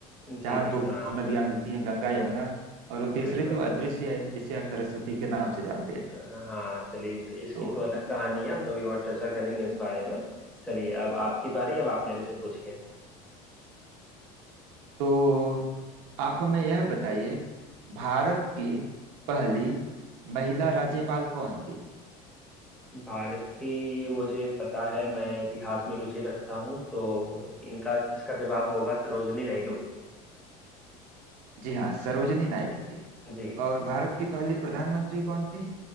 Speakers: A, in the centre; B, on the right.
A: जी
B: जहाँ
A: जी
B: दो दो
A: हाँ
B: नदियां मिलती हैं गंगा यमुना और वो तीसरी
A: बिल्कुल
B: तो अदृश्य है जिसे आप सरस्वती के नाम से जानते हैं
A: अ, हाँ चलिए इनक- इसकी
B: तो
A: तो अलग कहानी है हम कभी और चर्चा करेंगे इस बारे में चलिए अब आपकी बारी अब आप मेरे से पूछिए
B: तो आप हमें यह बताइए भारत की पहली महिला राज्यपाल कौन थी
A: भारत की ये मुझे पता है मैं इतिहास में रुचि रखता हूँ तो इनका इसका जवाब होगा सरोजनी नायडू
B: जी हाँ सरोजनी नायडू थी
A: जी
B: और भारत की पहली प्रधानमंत्री कौन थी